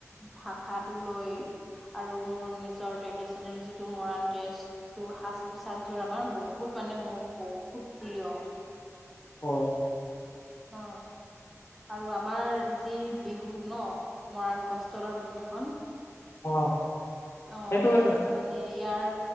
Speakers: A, in the centre; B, on the left.
A: ভাষাটো লৈ আৰু মোৰ নিজৰ ট্ৰেডিচনেল যিটো মৰাণ ড্ৰেষ্ট টো সাজ-পোছাকযোৰ আমাৰ বহুত মানে মোৰ বহুত প্ৰিয়।
B: হয়।
A: অ। আৰু আমাৰ যি বিহু ন মৰাণ গছ তলৰ বিহুখন।
B: অ।
A: অ,
B: সেইটো এটা
A: মানে ইয়াৰ